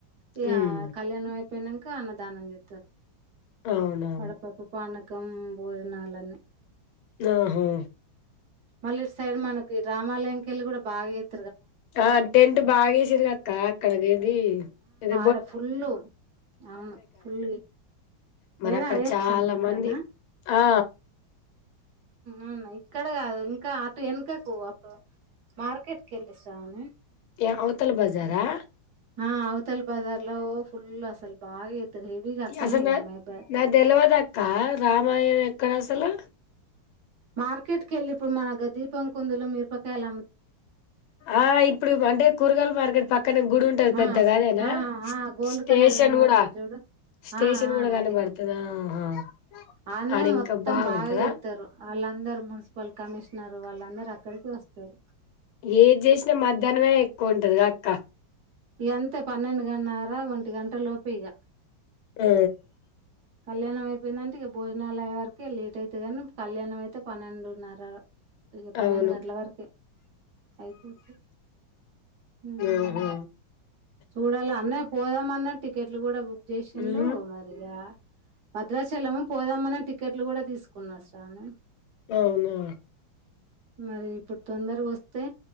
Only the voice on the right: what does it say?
ఇగా
కళ్యాణం వై పోయినంక అన్నదానం చేస్తరు
వడపప్పు పానకు క్కం భోజనాలన్నీ
మళ్ళీ సైడ్ మనకి రామాలంకెల్ళ కూడా బాగా చే
అక్కడ ఫుల్ అవును ఫుల్
ఏడ
అయ్యప్ప
స్వామి గుడికాడనా
అవునా ఇక్కడ కా ఇంకా అటు వెనకకు అప్పుడు మార్కెట్కి వెళ్లిస్తామని
ఆ అవతల్ బజార్ లో ఫుల్ అసలు బాగా ఇ హెవిగా అక్కన్నే
ఇగా మయి
మార్కెట్ కెళ్ళలి ఇప్పుడు మన గ దీపం కుందులో మిరపకాయల
ఆ
ఆ గోల్డ్
కలర్ కన పడతది
చూడు
ఆ ఆ
అదే
ఆన్నే
మొత్తం
బాగా చెస్తారు వాళ్ళందరూ మున్సిపల్ కమిషనర్ వాళ్ళందరుూ అక్కడికే వస్తారు
ఎంత పన్నెండు గన్నార ఒంటి గంట లోపేగా
కళ్యాణం అయిపోయిందంటే ఇగా భోజనాలు అయ్యేవరకు లేట్ అయితే కానీ కళ్యాణం అయితే పన్నెండున్నర ఇగా పన్నెండు
గంటల వరకే అయిపోతే ఉం
చూడాల అన్నయ్య పోదాం అన్నట్టు టికెట్లు కూడా బుక్ చేసిండు
మరిగా భద్రాచలము పోదామని టికెట్లు కూడా తీసుకున్నా శ్రావణి
మరి ఇప్పుడు తొందరగా వస్తే